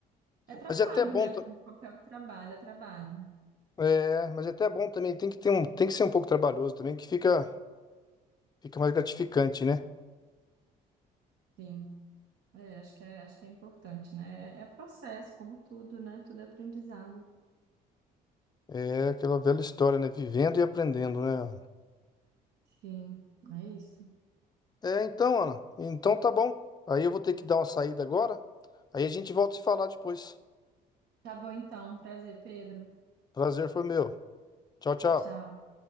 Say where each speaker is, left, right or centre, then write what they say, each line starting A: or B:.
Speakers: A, on the right; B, on the left.
A: É trabalho,
B: Mas é até bom,
A: né?
B: tam-
A: Como qualquer trabalho, é trabalho.
B: é, é, mas é até bom também. Tem que ter um, tem que ser um pouco trabalhoso também, que fica, fica mais gratificante, né?
A: Sim. É, acho que é, acho que é importante, né? É, é processo, como tudo, né? Tudo é aprendizado.
B: É aquela velha história, né? Vivendo e aprendendo, né?
A: Sim, é isso.
B: É, então, Ana. Então tá bom. Aí eu vou ter que dar uma saída agora. Aí a gente volta a se falar depois.
A: Tá bom, então. Prazer, Pedro.
B: Prazer foi meu. Tchau, tchau.
A: Tchau, tchau.